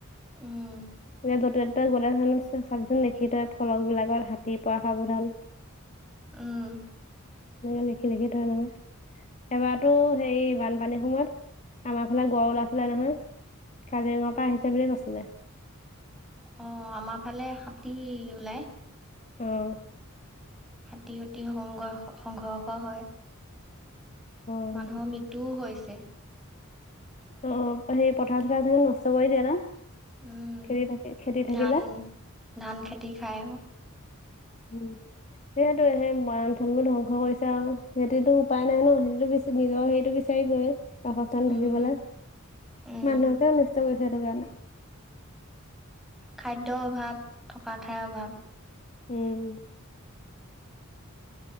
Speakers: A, in the centre; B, on the left.
A: উম।
B: এ যতে ততে গলে চাকচোন দেখি থয় ফলক বিলাকৰ হাতী পৰা সাৱধান <inaudible>
A: উম।
B: ন লেখি দেখি থয় নহয়। এবাৰাতো সেই বানপানীৰ সময়ত, আমাৰ ফালে গড় ওলাইছিলে নহয়। কাজিৰঙাৰ পৰা আহিছে বুলি কৈছিলে।
A: অ আমাৰ ফালে হাতী ওলাই।
B: আহ
A: হাতী সতি সংঘৰ্ষ সংঘৰ্ষ হয়।
B: অ অ
A: অঁ মৃত্যু হৈছে
B: অ সেই পথাৰ চথাৰবোৰ নষ্ট কৰি দিয়ে ন।
A: উম
B: খেতি থাকি খেতি থাকিলে
A: ধান ধান খেতি খাই।
B: উম সেইয়টো সেই বৰথন বোৰ ধ্বংস কৰিছে আৰু সিহতিটো উপায় নাই ন সিহঁতিটো বেছি নিজৰ সেইটো বিচাৰিবই বাসস্থান
A: উম
B: থাকিবলৈ
A: উম
B: মানুহকে অনিষ্ট কৰিছে সেইটো কাৰণে।
A: খাদ্যৰ অভাৱ থকা ঠাইৰ অভাৱ।
B: উম